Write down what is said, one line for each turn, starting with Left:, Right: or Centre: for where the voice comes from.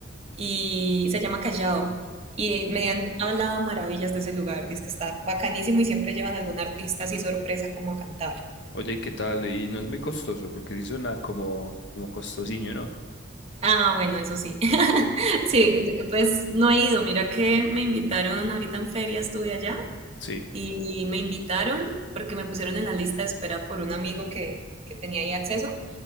Right: y se llama Callao. Y me han hablado maravillas de ese lugar, dice que está bacanísimo y siempre llevan algún artista así sorpresa como a cantar.
Left: Oye, ¿qué tal? Y no es muy costoso, porque sí suena como, como costosinho, ¿no?
Right: Ah, bueno, eso sí. <laughs> Sí, pues no he ido. Mira que me invitaron ahorita en feria, estuve allá
Left: Sí.
Right: y me invitaron porque me pusieron en la lista de espera por un amigo que, que tenía ahí acceso